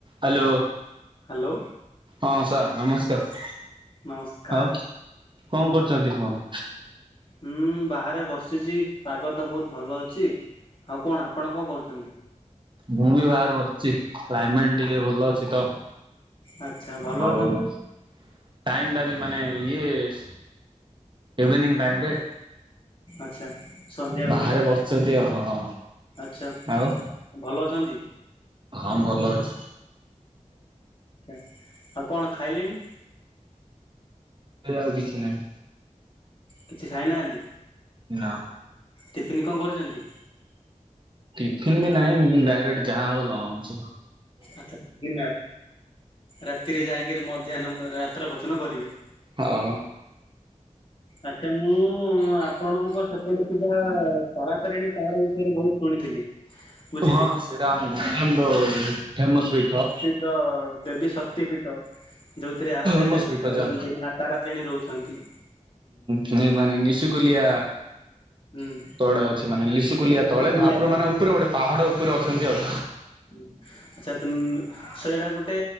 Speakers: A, on the right (about 40°); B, on the left (about 40°).
A: Hello.
B: Hello
A: ହଁ sir ନମସ୍କାର
B: ନମସ୍କାର
A: ଆଉ। କଣ କରୁଛନ୍ତି କଣ?
B: ହୁଁ ବାହାରେ ବସିଛି ପାଗ ତ ବହୁତ ଭଲ ଅଛି। ଆଉ କଣ ଆପଣ କଣ କରୁଛନ୍ତି?
A: ମୁଁ ବି ବାହାରେ ବସିଛି କ୍ଲାଇମେଣ୍ଟ ଟିକେ ଭଲ ଅଛି ତ।
B: ଆଚ୍ଛା ଭଲ
A: ହଉ।
B: ଅଛନ୍ତି
A: ଟାଇମ ଟା ବି ମାନେ ଇଏସ ଇଭିନିଙ୍ଗ ଟାଇମ ରେ।
B: ଆଚ୍ଛା। ସନ୍ଧ୍ୟା ବେଳ
A: ବାହାରେ
B: ଟା
A: ବସିଛନ୍ତି ଆଉ ହଁ।
B: ଆଚ୍ଛା
A: ଆଉ
B: ଭଲ ଅଛନ୍ତି
A: ହଁ ଭଲ ଅଛି।
B: ଆ ଆଉ କଣ ଖାଇଲେଣି?
A: ଥେୟା ଆଉ କିଛି ନାହିଁ।
B: କିଛି ଖାଇନାହାନ୍ତି।
A: ନା।
B: ଟିଫନ୍ କଣ କରିଛନ୍ତି?
A: ଟିଫିନ ବି ନାହିଁ ଉଁ ଡାଇରେକ୍ଟ ଯାହା ହବ ଲଞ୍ଚର।
B: ଆଛା ଡିନର, ରାତିରେ ଯାଇଁକିରି ମଧ୍ୟାହ୍ନ ମ ରାତ୍ର ଭୋଜନ କରିବେ।
A: ହଁ।
B: ଆଚ୍ଛା ମୁଁ ଆପଣଙ୍କ ସେପଟେ ଥିବା ତାରାତାରିଣୀ ପାହାଡ ବିଷୟରେ ବହୁତ ଶୁଣିଥିଲି। ବୁଝିଲେ
A: ହଁ ସେଇଟା ଆମ <unintelligible> ଫେମସ ପୀଠ।
B: ଦ ଦେବୀ ଶକ୍ତି ପୀଠ ଯୋଉଥିରେ ଆରାଧ୍ୟା
A: ଫେମସ
B: ଦେବୀ
A: ପିଠ
B: ହଉଛନ୍ତି
A: ଯା
B: ମା ତାରାତାରେଣୀ ରହୁଛନ୍ତି।
A: ହୁଁ ଏଇ ମାନେ ନିଶୁକୁଲିଆ
B: ହୁଁ।
A: ତଳେ ଅଛି ମାନେ ଲିସୁକୁଲିଆ
B: ଋଷିକୁଲ୍ୟା
A: ତଳେ ମହାପ୍ରଭୁ
B: ନଦୀ।
A: ମାନେ ଉପରେ ଗୋଟେ ପାହାଡ ଉପରେ ଅଛନ୍ତି ଆଉ।
B: ହୁଁ ଆଚ୍ଛା ଦୁମ ସେଇଟା ଗୋଟେ